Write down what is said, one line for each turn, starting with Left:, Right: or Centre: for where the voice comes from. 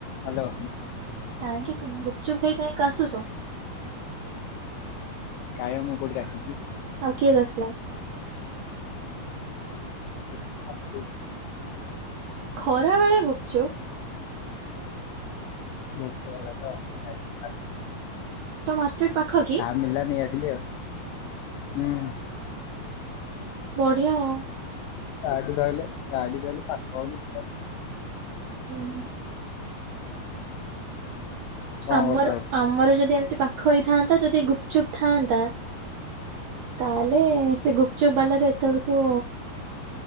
Left: Hello.
Right: କାହିଁକି ଗୁପ୍ ଚୁପ୍ ଖାଇ କାଇଁ କାସୁଛ।
Left: କାଇଁ ମୁ କୋଉଠି କାସିଛି।
Right: ଆଉ କିଏ କାଷିଲା।
Left: <unintelligible>
Right: ଖରା ବେଳେ ଗୁପ୍ ଚୁପ୍।
Left: ଭୋକ ହେଲା ତ ଯାଇ କି ଖାଇ ଦେଲି।
Right: ତ ମାର୍କେଟ ପାଖ କି?
Left: ମିଳିଲା ନେଇ ଆସିଲି ଆଉ ହୁଁ।
Right: ବଢିଆ ଆଉ।
Left: ଗାଡି ଧରିଲେ ଗାଡି ଧରିଲେ ପାଖା ଆଉ।
Right: ହୁଁ
Left: କଣ
Right: ଆମର
Left: କରୁଛ ଆଉ
Right: ଆମର ଯଦି, ଏମିତି ପାଖ ହେଇଥାନ୍ତା, ଯଦି ଗୁପ୍ ଚୁପ୍ ଥାଆନ୍ତା ତାହେଲେ ସେ ଗୁପ୍ ଗୁପ୍ ଚୁପ୍ ବାଲାର ଏତେବେଳକୁ